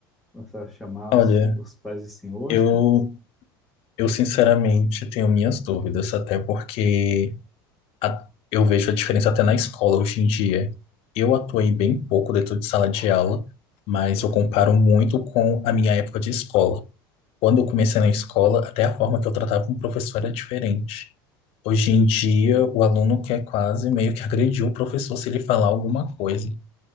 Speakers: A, in the centre; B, on the left (about 60°).
A: começar a chamar
B: Olha,
A: os, os pais de senhor?
B: eu, eu sinceramente tenho minhas dúvidas, até porque. a- eu vejo a diferença até na escola hoje em dia. Eu atuei
A: Uhum,
B: bem pouco dentro de sala de aula, mas eu comparo muito com a minha época de escola. Quando eu comecei
A: uhum.
B: na escola, até a forma que eu tratava um professor era diferente. Hoje
A: É
B: em
A: muito.
B: dia,
A: difícil.
B: o aluno quer quase meio que agredir o professor se ele falar alguma coisa.